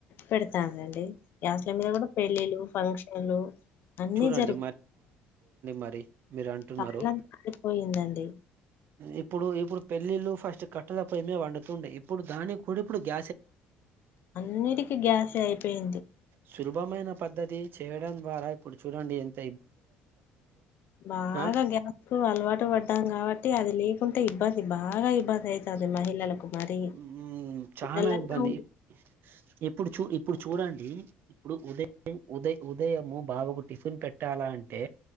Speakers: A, on the left; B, on the right.
A: పెడతాండ్రండి గ్యాస్ల మీద కూడా పెళ్ళిళ్లు ఫంక్షన్లు అన్ని
B: చూడండి
A: జరుగుతాయి
B: మరి మీరు అంటున్నారు
A: కాలం మారిపోయిందండి
B: ఇప్పుడు ఇప్పుడు పెళ్ళళ్లు ఫస్ట్ కట్టల పమే వండుతుండే ఇప్పుడు దానికి కూడా ఇప్పుడు గ్యాసే వాడుతున్నారు
A: అన్నీటికి గ్యాసే అయిపో పెయింది
B: శుభమైన పద్ధతి చేయడం ద్వారా ఇప్పుడు చూడండి ఎంత ఇబ్బందులు వచ్చి పడు
A: బాగా
B: ఆ
A: గ్యాస్ కు అలవాటు పడ్డాం కాబట్టి అది లేకుంటే ఇబ్బంది ఇది బాగా ఇబ్బంది అయితంది మహిళలకు మరి
B: ఉం చానా
A: నెలల్లో
B: ఇబ్బంది ఎప్పుడు చూ ఇప్పుడు చూడండి ఇప్పుడు ఉదయం ఉదయ ఉదయము బాబుకు టిఫిన్ పెట్టాలా అంటే